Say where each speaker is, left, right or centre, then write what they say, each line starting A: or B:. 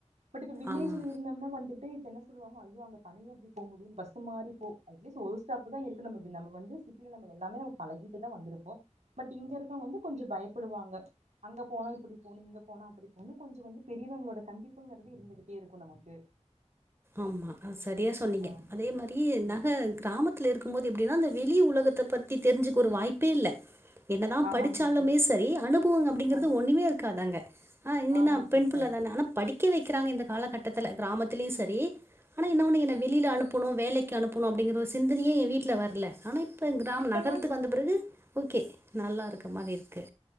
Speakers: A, on the right; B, on the right.
A: பட் இந்த வில்லேஜ்ல
B: ஆ
A: இருந்தம்னா வந்துட்டு இப்ப என்ன ஸ் சொல்லுவாங்க ஐயோ அங்க தனியா எப்டி போ முடியும் பஸ் மாறி போ அட்லீஸ்ட் ஒரு ஸ்டாப் தா இருக்கு நம்மவ் நம்ம வந்து சிட்டில நம்ம எல்லாமே நம்ம பழகிட்டுதா வந்திருப்போ. பட் இங்க இருக்கவங்க வந்து கொஞ்சொ பயப்படுவாங்க. அங்க போனா இப்பிடி போணு இங்க போனா அப்பிடி போணு கொஞ்சோ வந்து பெரியவங்களோட கண்டிப்புங்கறது இருந்துக்கிட்டே இருக்கு நமக்கு.
B: ஆமா அ சரியா சொன்னீங்க
A: ஆ
B: அதே மாரியே நக
A: ம்
B: கிராம த்ல இருக்கும்போது எப்டினா அந்த வெளி உலகத்த பத்தி தெரிஞ்சுக்க ஒரு வாய்ப்பே இல்ல. என்னதா
A: ஆமாங்க
B: படிச்சாலுமே
A: சிஸ்டர்
B: சரி அனுபவோ அப்டிங்கறது
A: ஆ
B: ஒண்ணுமே இருக்காது அங்க. அ இன் என்னா
A: ஆமாங்க
B: பெண்பிள்ளதான
A: சிஸ்டர்
B: ஆனா படிக்க வெக்கிறாங்க இந்த காலகட்டத்துல கிராமத்திலியு செரி ஆனா என்ன ஒன்னு என்ன வெளில அனுப்புணு வேலைக்கு அனுப்புணு அப்டிங்கற ஒரு சிந்தனையே எ வீட்ல வர்ல ஆனா இப்ப கிராம்
A: இப்பெல்லா
B: நகரத்துக்கு வந்த பிறகு ஓகே நல்லா இருக்க மாரி இருக்கு.